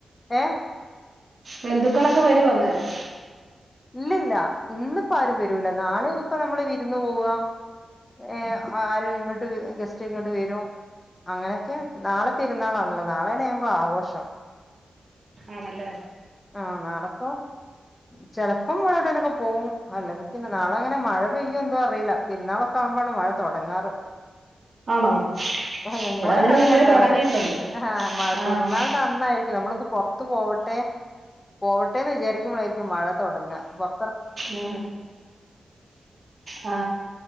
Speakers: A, on the left; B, on the right.
A: ഏ
B: ബന്ധുക്കളൊക്കെ വരു വന്നേരം
A: ഇല്ലല്ല ഇന്നിപ്പോ ആരും വരൂല്ല നാളെനി ഇപ്പോ നമ്മള് വിരുന്ന് പോവാ ഏ ആര് ഇങ്ങോട്ട് ഗസ്റ്റ് ഇങ്ങോട്ട് വരും അങ്ങനെയൊക്കെ നാളെ പെരുന്നാളാണല്ലോ നാളെയാണ് ഞങ്ങളെ ആഘോഷം
B: ആണല്ലേ
A: ആഹ നാളെപ്പോ ചെലപ്പോ എവിടേലൊക്കെ പോകും അല്ലെങ്കിൽ പിന്നെ നാളെ അങ്ങനെ മഴ പെയ്യും എന്തും അറിയില്ല പെരുന്നാളൊക്കെ ആവുമ്പോാണ് മഴ തുടങ്ങാറ്
B: ആണോ
A: ഞങ്ങോട്ടൊക്കെ
B: ഇവിടെ അതിന്
A: അങ്ങനെയുണ്ടാവർ
B: മുമ്പേ തുടങ്ങിയിട്ടുണ്ട്
A: ആ
B: ആഹ്
A: പെരുന്നാളിന്റെ അന്നായിരിക്കും നമ്മളി പുറത്ത്പോവട്ടെ പോവട്ടെന്ന് വിചാരിക്കുമ്പോഴായിരിക്കും മഴ തുടങ്ങ പുറ
B: ഉ ആ